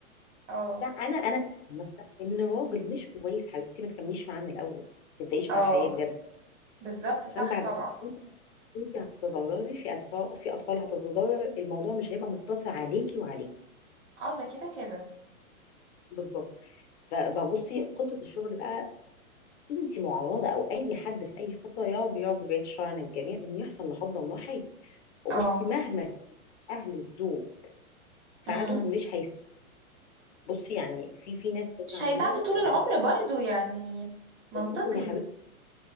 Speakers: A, on the right (about 55°); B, on the left (about 50°).
A: اه
B: لا انا انا مبدا ان الراجل مش كويس حبيبتي ما تكمليش معاه من الاول ما تبدايش
A: اه
B: معاه حياه بجد
A: بالظبط صح
B: عشان بعد
A: طبعا
B: كده انت هتتضرري في اطفال في اطفال هتتضرر الموضوع مش هيبقى مقتصر عليكي وعليه
A: اه ده كده كده
B: بالظبط فبصي قصه الشغل بقى انت معرضه او اي حد في اي فتره يا رب يا رب بعيد الشر عن الجميع ان يحصل لا قدر الله حاجه وبصي
A: اه
B: مهما اهل الزوج
A: امم
B: ساعده مش هيس بصي يعني في في ناس كده
A: مش
B: عموما
A: هيساعده طول
B: لو
A: العمر
B: انا
A: برضو يعني منطقي
B: ممكن يا حبيبتي